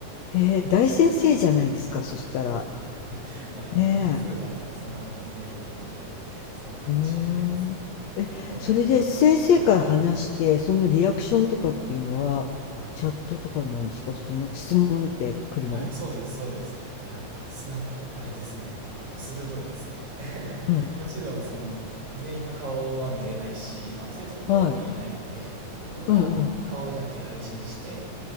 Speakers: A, on the left; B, on the right.
A: えー、大先生じゃないですか、そしたら。
B: <laughs> まあね、
A: ねえ。
B: 人数はたくさんね、いるんで、そうかもしれないですね。
A: うーん。え、
B: まあでも、
A: それで先生から話して、
B: はい。はい。
A: そのリアクションとかっていうのは、
B: はい。
A: チャットとかなんですかそれともなんか質問って来るの
B: はい、そうです、そうです。いや、す、なんか、あれですね。あの、鋭いですね。<laughs>
A: うん。
B: もちろん、その、全員の顔は見れないし、まあ、生徒の顔は見えないんで、
A: はい。
B: 僕が顔だけ配信して、
A: うんうん